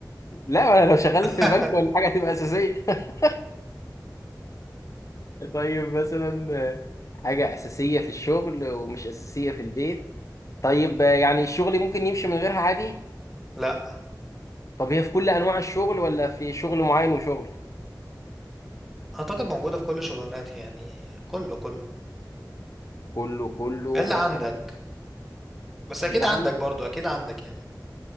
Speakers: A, on the left; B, in the centre.
A: لا انا لو شغال
B: <laughs>
A: في بنك ولا حاجه هتبقى اساسيه <laughs> طيب مثلا آه، حاجه اساسيه في الشغل ومش اساسيه في البيت طيب آه، يعني الشغل ممكن يمشي من غيرها عادي
B: لا
A: طب هي في كل انواع الشغل ولا في شغل معين وشغل
B: أعتقد موجودة في كل شغلانات يعني كله كله
A: كله كله
B: إلا
A: مثلا
B: عندك بس أكيد
A: اللي
B: عندك
A: عندي
B: برضو أكيد عندك يعني